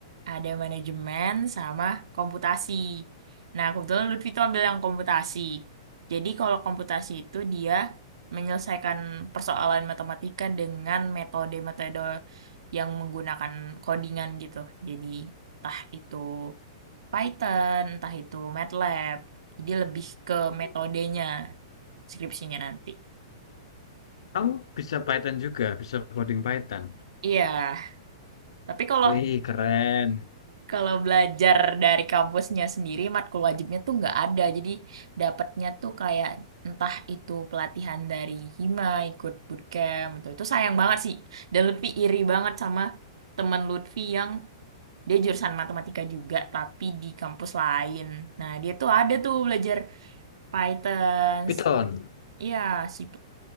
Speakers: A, on the right (about 80°); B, on the left (about 80°).
A: ada manajemen, sama komputasi. Nah, kebetulan Lutfi tuh ambil yang komputasi. Jadi kalau komputasi itu dia menyelesaikan persoalan matematika dengan metode-metode yang menggunakan codingan gitu. Jadi entah itu Python, entah itu MATLAB. Jadi lebih ke
B: Kamu
A: metodenya skripsinya nanti.
B: kamu bisa Python juga, bisa coding Python.
A: Iya. Tapi kalau
B: Wih keren.
A: kalau belajar dari kampusnya sendiri, matkul wajibnya tuh nggak ada. Jadi dapatnya tuh kayak entah itu pelatihan dari Hima, ikut bootcamp itu. Itu sayang banget sih. Dan lebih iri banget sama teman Lutfi yang dia jurusan matematika juga, tapi di kampus lain. Nah, dia tuh ada tuh belajar Python,
B: Python,
A: ya C++